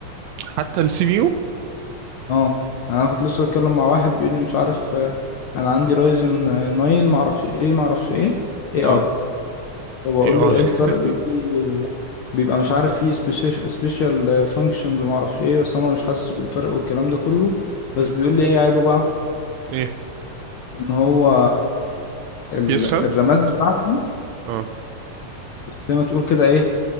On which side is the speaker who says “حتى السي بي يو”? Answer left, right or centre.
Right